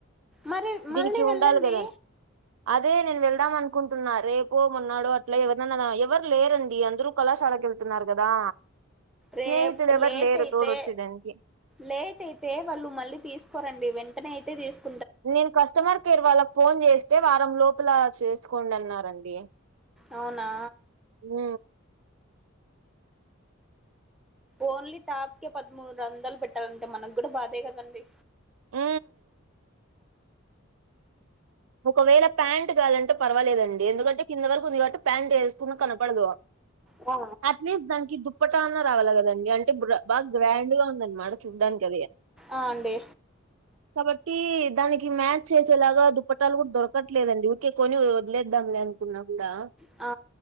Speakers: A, in the centre; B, on the right.
A: మరి మళ్ళీ
B: దీనికి
A: వెళ్ళండి
B: ఉండాలి కదని అదే నేను వెళ్దాం అనుకుంటున్నా రేపు మొన్నాడో అట్లా ఎవరనా ఎవరు లేరండి అందరు కళాశాలకు వెళ్తున్నారు కదా
A: రేప్
B: స్నేహితుడు ఎవరు
A: లేట్
B: లేరు
A: అయితే
B: తోడొచ్చేదానికి
A: లేట్ అయితే వాళ్ళు మళ్ళీ తీసుకోరండి వెంటనే అయితే తీసుకో
B: నేను కస్టమర్ కేర్ వాళ్ళకు ఫోన్ చేస్తే వారం లోపల చేసుకోండి అన్నారండి
A: అవునా
B: ఊ
A: ఓన్లీ టాప్కే పదమూడు వందలు పెట్టాలంటే మనకు గుడా బాధే కదండి
B: ఊ ఒకవేళ ప్యాంట్ కావాలంటే ఒకవేళ ఒకవేళ ఒకవేళ ప్యాంట్ గాలంటే పర్వాలేదండి ఎందుకంటే కింద వరకు ఉంది కాబట్టి ప్యాంట్ వేసుకున్న కనపడదు
A: ఆ
B: అట్లీస్ట్ దానికి దుప్పట అన్నా రావాలి కదండి అంటే బ్ర బాగా గ్రాండ్ గా ఉన్ దాని మాడ చూడ్డానికి కదే
A: ఆ అండి
B: కాబట్టి దానికి మ్యాచ్ చేసేలాగా దుప్పట్ ట్టాలు కూడా దొరకట్లేదండి ఊరికే కొని వదిలేద్దాం లే అనుకున్నా కూడా
A: ఆ